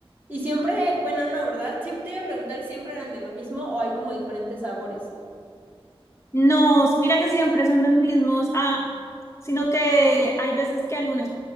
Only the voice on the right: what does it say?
Y siempre, bueno, no, ¿verdad? Siempre te iba a preguntar si siempre eran de lo mismo o hay como diferentes sabores.